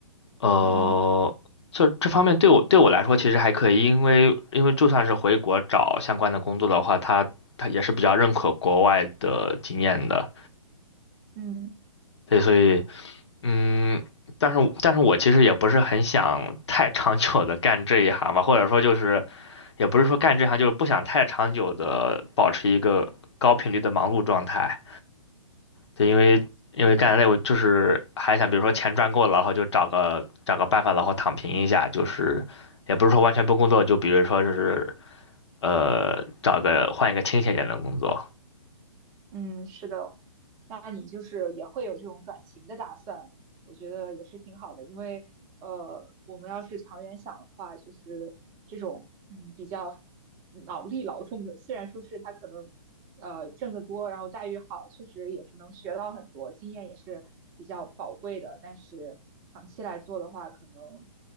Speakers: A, on the left; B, on the right.
A: 呃，
B: 嗯
A: 这这方面对我对我来说其实还可以，因为因为就算是回国找相关的工作的话，他他也是比较认可国外的经验的，
B: 嗯。
A: 对，所以嗯，但是但是我其实也不是很想太长久的干这一行吧，或者说就是也不是说干这行，就是不想太长久的保持一个高频率的忙碌状态。对，因为因为干得累，我就是还想，比如说钱赚够了，然后就找个找个办法，然后躺平一下，就是也不是说完全不工作，就比如说就是呃找个换一个清闲点的工作。
B: 嗯，是的，那你就是也会有这种转型的打算，我觉得也是挺好的，因为呃，我们要是长远想的话，就是这种嗯比较脑力劳动的，虽然说是他可能呃挣得多，然后待遇好，确实也是能学到很多，经验也是比较宝贵的，但是长期来做的话，可能